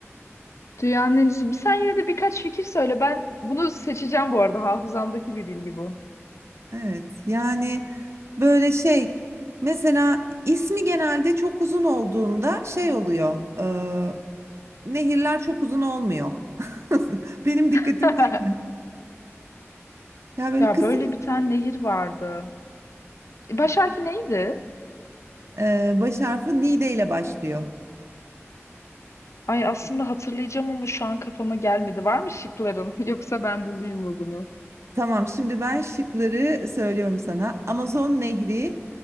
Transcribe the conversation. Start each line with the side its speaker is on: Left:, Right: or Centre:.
Left: Dünyanın en uzun. Sen yine de birkaç fikir söyle. Ben bunu seçeceğim bu arada. Hafızamdaki bir bilgi bu.
Right: Evet. Yani böyle şey mesela ismi genelde çok uzun olduğunda şey oluyor. e, nehirler çok uzun olmuyor. <laughs> Benim dikkatimi
Left: <laughs>
Right: çekiyor. Ya böyle
Left: Ya
Right: kısa.
Left: böyle bir tane nehir vardı. E,
Right: Evet.
Left: Baş harfi neydi?
Right: E, baş harfi Nide ile başlıyor.
Left: Ay aslında hatırlayacağım ama şu an kafama gelmedi. Var mı şıkların? <laughs> Yoksa ben bulayım mı bunu?
Right: Tamam, şimdi ben şıkları söylüyorum sana. Amazon Nehri,